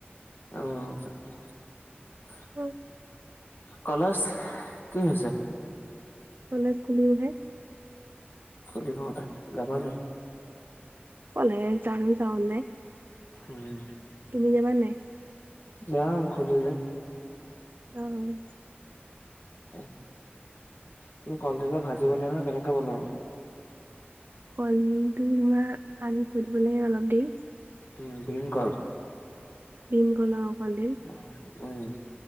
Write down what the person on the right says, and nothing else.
উম।
কলেজ খুলিবহে।
কলেজ যাম যাওঁ নে?
তুমি যাবা নাই?
অ'।
কলদিলটো তোমাৰ আনি থৈ দিব লাগে অলপ দেৰি
ভীমকলৰ কলদিল